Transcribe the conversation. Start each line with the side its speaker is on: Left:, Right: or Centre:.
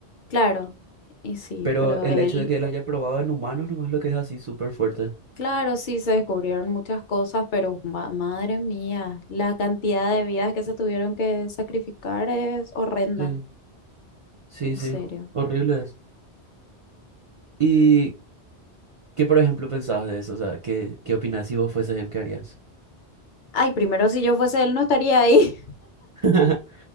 Left: Claro, y sí,
Right: Pero
Left: pero
Right: el
Left: él,
Right: hecho de que él haya probado en humanos nomás lo que es así súper fuerte.
Left: claro, sí, se descubrieron muchas cosas, pero ma- madre mía, la cantidad de vidas que se tuvieron que sacrificar es horrenda,
Right: Sí, sí,
Left: en
Right: sí,
Left: serio.
Right: horrible es. Y ¿Qué, por ejemplo, pensabas de eso? O sea, ¿qué, qué opinás si vos fueses el que harías?
Left: Ay, primero si yo fuese él no estaría ahí.
Right: <laughs>